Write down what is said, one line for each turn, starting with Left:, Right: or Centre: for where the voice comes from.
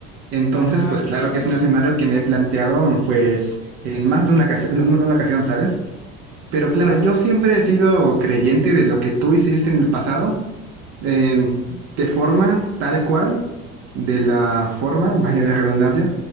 Right: Entonces,
Left: Ajá,
Right: pues
Left: ok.
Right: claro que es un escenario que me he planteado, pues, en más de una, ocasi- en una- una ocasión, ¿sabes? Pero claro,
Left: Ajá.
Right: yo siempre he sido creyente de lo que tú hiciste en el pasado, eh, de forma tal cual, de la forma, vaya la redundancia